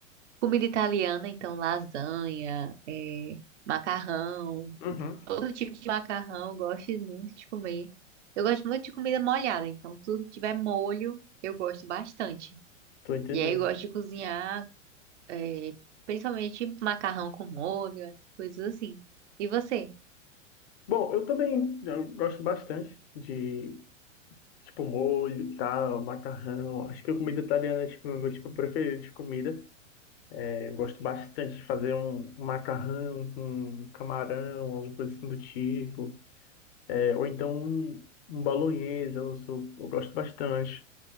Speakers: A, on the right; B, on the left.
A: comida italiana, então lasanha, é, macarrão,
B: Uhum.
A: todo tipo de macarrão, eu gosto muito de comer. Eu gosto muito de comida molhada, então tudo que tiver molho, eu gosto bastante.
B: Tô entendendo.
A: E aí eu gosto de cozinhar, é, principalmente macarrão com molho, essas coisas assim. E você?
B: Bom, eu também eu gosto bastante de tipo molho, e tal, macarrão. Acho que a comida italiana é tipo, o meu tipo preferido de comida. É, eu gosto bastante de fazer um, um macarrão com camarão, alguma coisa assim do tipo. É, ou então um, um bolonhesa, eu sou, eu gosto bastante.